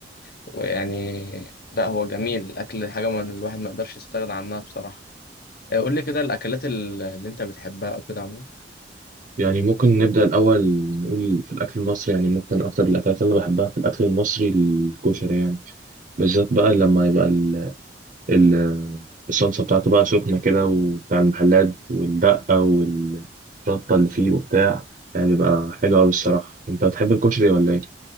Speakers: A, on the left; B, on the right.
A: ويعني لا هو جميل الاكل حاجة من الواحد ما يقدرش يستغنى عنها بصراحة آه، قول لي كده الاكلات ال- اللي انت بتحبها او كده عموما
B: يعني ممكن نبدا الاول نقول في الاكل المصري يعني ممكن اكتر الاكلات اللي انا بحبها في الاكل المصري الكشري يعني بالذات بقى لما يبقى ال ال الصلصه بتاعته بقى سخنه كده وبتاع المحلات والدقه والشطه اللي فيه وبتاع يعني بيبقى حلو قوي الصراحه انت بتحب الكشري ولا ايه